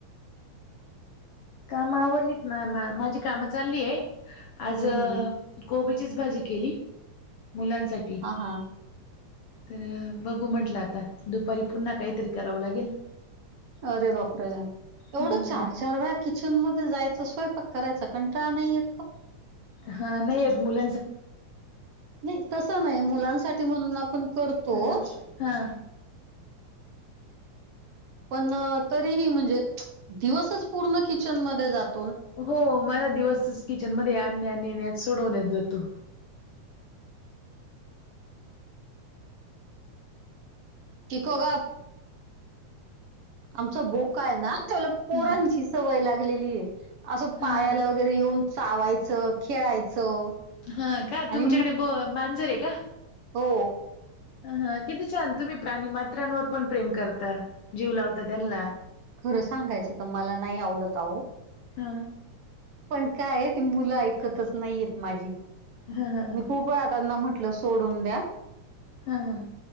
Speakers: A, on the left (about 65°); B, on the right (about 60°).
A: काम आवरलीत ना माझी कामं चाललीय आज
B: हम्म हम्म
A: - कोबीचीचं भाजी केली मुलांसाठी.
B: हा हा
A: तर बघू म्हंटलं आता दुपारी पुन्हा काहीतरी करावं लागेल.
B: अरे बापरे!
A: हा
B: एवढं चार चार वेळा किचन मध्ये जायचं स्वयंपाक करायच कंटाळा नाहीेत येतं?
A: हा नाही येतं मुली -
B: नाही तसं नाही मुलांसाठी म्हणून आपण करतोचं.
A: हा हा.
B: पण तरीही म्हणजे दिवसच पूर्ण किचन मध्ये जात -
A: हो मला दिवसच किचनमध्ये आणण्या नेण्या सोडवण्यात जातो.
B: कि को गप. आमचा बोका आहे ना त्याला पोरांची
A: हा
B: सवय लागलेली हे. असं पायाला
A: हा
B: वगैरे येऊन चावायचं खेळायचं.
A: हा का
B: आणि
A: तुमच्याकडे
B: म
A: ब - मांजर आहे का?
B: हो.
A: ह किती छान तुम्ही प्राणी मात्रांवर पण प्रेम करता जीव लावता त्यांना.
B: खरं सांगायचं तर मला नाही आवडत आहो.
A: हा.
B: पण काय ती मुलं ऐकतचं नाहीयेत माझी.
A: ह ह
B: मी खूप वेळताना म्हटलं सोडून द्या.
A: हा ह